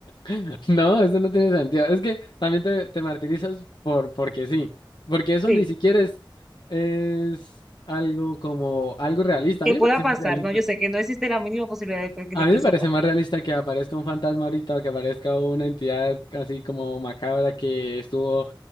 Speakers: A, on the left; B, in the centre.
A: <laughs> no, eso no tiene sentido. Es que también te, te martirizas por porque sí. Porque eso
B: Sí,
A: ni siquiera es, es algo como algo realista.
B: que
A: A mí
B: pueda
A: me parece
B: pasar,
A: más realista.
B: ¿no? Yo sé que no existe la mínima posibilidad de, pe- de
A: A mí
B: que
A: me
B: eso
A: parece
B: pase.
A: más realista que aparezca un fantasma ahorita o que aparezca una entidad así como macabra que estuvo